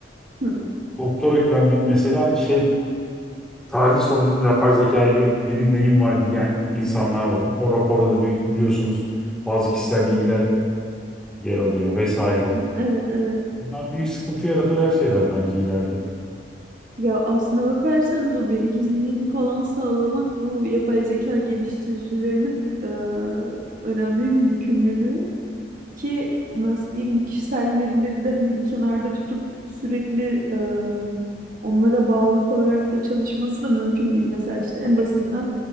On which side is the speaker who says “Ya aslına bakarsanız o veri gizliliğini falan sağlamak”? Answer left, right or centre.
Right